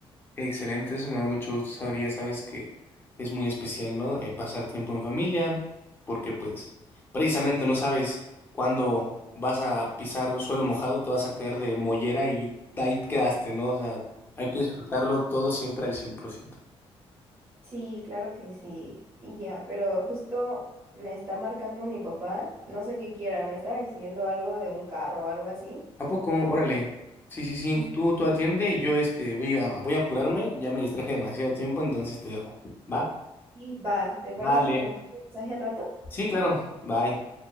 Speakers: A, on the left; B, on the right.
A: Excelente, eso me da mucho gusto saber, ya sabes que es muy especial, ¿no? Eh, pasar tiempo en familia, porque pues precisamente no sabes cuándo vas a pisar suelo mojado, te vas a caer de mollera y ahí quedaste, ¿no? O sea, hay que disfrutarlo todo siempre al cien por ciento
B: Sí, claro que sí, y ya, pero justo me está marcando mi papá, no sé qué quiera, me estaba diciendo algo de un carro o algo así.
A: ¿A poco?
B: Entonces,
A: Órale. Sí, sí, sí,
B: sí,
A: tú, tú atiende y yo este, voy a, voy a apurarme, ya me distraje demasiado tiempo, entonces te dejo. ¿Va?
B: sí, va, ¿te
A: Vale.
B: parece si te mando un mensaje al rato?
A: Sí, claro. Bye.